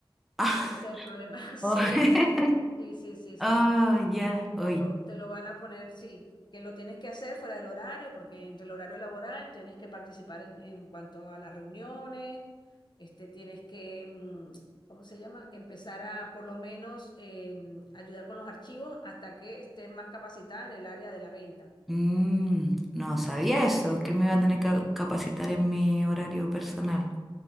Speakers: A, in the centre; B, on the left.
A: Ah,
B: ese es el problema. <laughs> Sí,
A: oh,
B: amiga.
A: <laughs>
B: Sí, sí, sí, sí.
A: oh, ya, hoy.
B: Te lo, te lo van a poner, sí, que lo tienes que hacer fuera del horario, porque entre el horario laboral tienes que participar en, en cuanto a las reuniones, este, tienes que, mm, ¿cómo se llama? Empezar a por lo menos eh, ayudar con los archivos hasta que estés más capacitada en el área de la venta.
A: Mm, no sabía eso, que me iba a tener que capacitar en mi horario personal.